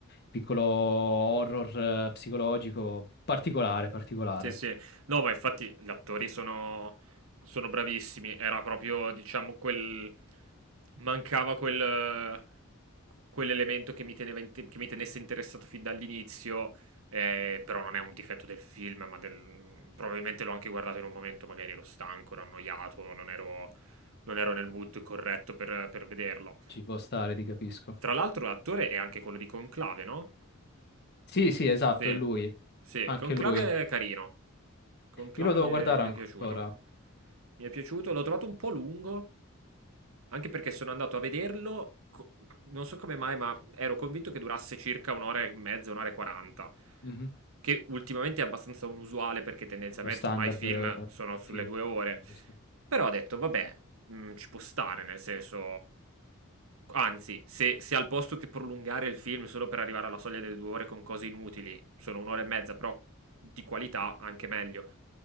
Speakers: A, on the left; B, on the right.
A: piccolo horror eh, psicologico particolare, particolare.
B: Sì, sì. No, ma infatti gli attori sono, sono bravissimi. Era proprio, diciamo, quel... Mancava quel... eh, quell'elemento che mi teneva inte- che mi tenesse interessato fin dall'inizio. eh, però non è un difetto del film, ma del... probabilmente l'ho anche guardato in un momento, magari ero stanco, ero annoiato, non ero, non ero nel mood corretto per, per vederlo.
A: Ci può stare, ti capisco.
B: Tra l'altro l'attore è anche quello di Conclave, no?
A: Sì, sì, esatto,
B: Sì,
A: è lui.
B: sì,
A: Anche
B: Conclave
A: lui.
B: è carino. Conclave
A: Io lo devo
B: mi è,
A: guardare
B: mi è
A: ancora.
B: piaciuto. Mi è piaciuto, l'ho trovato un po' lungo, anche perché sono andato a vederlo, co- non so come mai, ma ero convinto che durasse circa un'ora e mezza, un'ora e quaranta
A: Mhm.
B: che ultimamente è abbastanza unusuale perché tendenzialmente
A: Lo standard
B: ormai i film
A: eh,
B: sono
A: dei
B: sulle
A: film,
B: due ore.
A: giusto?
B: Però ho detto, vabbè, mh, ci può stare, nel senso... Anzi, se, se al posto che prolungare il film solo per arrivare alla soglia delle due ore con cose inutili, sono un'ora e mezza, però di qualità anche meglio.